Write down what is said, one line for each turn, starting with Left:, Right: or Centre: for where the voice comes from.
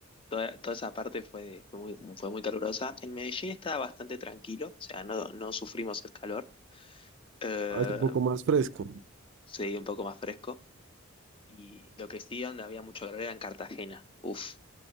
Left: toda, toda esa parte fue, fue muy, fue muy calurosa. En Medellín estaba bastante tranquilo, o sea, no, no sufrimos el calor. Eh,
Right: Ah, es un poco más fresco.
Left: sí, un poco más fresco. Y lo que sí, donde había mucho calor era en Cartagena. Uf,